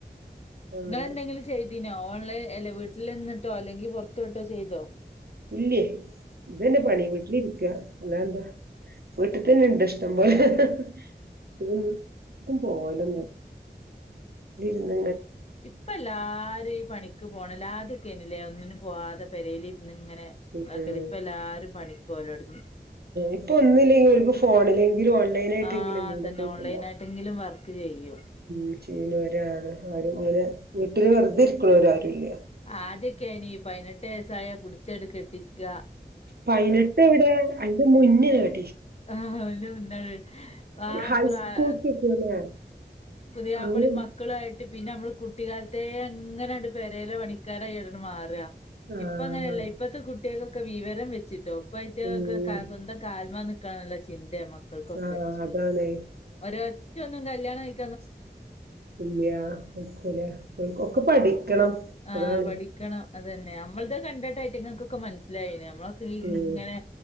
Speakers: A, on the right (about 65°); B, on the left (about 40°).
A: ഉള്ളത്
B: ങ്ങളന്നെ അയിൻ ചെയ്തീനോ ഓൺലൈൻ അല്ലെ വീട്ടിൽ നിന്നിട്ടോ അല്ലെങ്കിൽ പുറത് പോയിട്ടോ ചെയ്തീനോ
A: ഇല്ലേ ഇത്ന്നെ പണി വീട്ടിലി ഇരിക്കുക അല്ലാ എന്താ വീട്ടിൽ തന്നെ ഇണ്ട് ഇഷ്ടം ബ്ഹ് <unintelligible> ഇവിടെ ഇരുന്നു
B: ഇപ്പല്ലാരും ഈ പണിക്ക് പോണല്ലേ ആദ്യക്കെനില്ലേ ഒന്നിനും പോവാാതെ പെര്യൽ ണ്ണിങ്ങനെ
A: ഉം
B: നാക്കൽ ഇപ്പല്ലാരും പണിക്കോവലൊടങ്ങി
A: ഇപ്പൊ ഒന്നില്ലെങ്കിൽ ഓർക്ക് ഫോണിലെങ്കിലും ഓൺലൈനായിട്ടെങ്കിലും
B: ആ
A: എന്തേങ്കിലായി
B: അതന്നെ
A: എന്തേങ്കിലായിട്ട്
B: ഓൺലൈൻ
A: ട്ണ്ടാവും
B: ആയിട്ടെങ്കിലും വർക്ക് ചെയ്യും
A: ഉ ചെയ്യുനോരാണ് ആരുംങ്ങനെ വീട്ടില് വെറുതെ ഇരിക്ണോരും ല്യ
B: ആദ്യൊക്കെയനീ പതിനെട്ട് വയസ്സായ പുടിച്ചടങ്ങ് കെട്ടിച്ച
A: പയ്നട്ട് വിടെ അതിന്റെ മുന്നിൽ കെട്ട്ച്ച്
B: ആ അയ്ന്റെ മുന്നെ ആ
A: ഹൈസ്കൂൾക്കൊക്കെ
B: പ്രായ
A: അല്ലേ
B: പുതിയാപളിമ്
A: അങ്ങനെ
B: മക്കളായിട്ട് പിന്നെ മ്മള് കുട്ടിക്കാലത്തെ ങ്ങനെണ്ട് പെരയിലെ പണിക്കാരായിട്ടെങ്ങ് മാറ്റ്‌ഹാ
A: ആഹ്
B: ഇപ്പ അങ്ങനെയല്ല ഇപ്പത്തെ കുട്ടികൾക്കൊക്കെ വിവരം വെച്ട്ടോ ഇപ്പയിറ്റങ്ങൾക്ക്
A: ഉം
B: സ്വന്തം കാൽമ നിക്കനുള്ള ചിന്ത ഇന്റെ മക്കൾക്കൊക്കെ
A: ആഹ് അതാണ്
B: ഓരോ റ്റൊന്നും കല്യാണം കഴി
A: ഇല്ലിയാ കഴിക്കൂല ഒൽക്കൊക്കെ പഠിക്കണം
B: ആ
A: അതാണ്
B: പഠിക്കണം അതന്നെ നമ്മൾത് കണ്ടിട്ടായിറ്റങ്ങൾക്കൊക്കെ മനസ്സിലായിനേ നമ്മളക്ക് ഈ
A: ഉം
B: ഇങ്ങനെ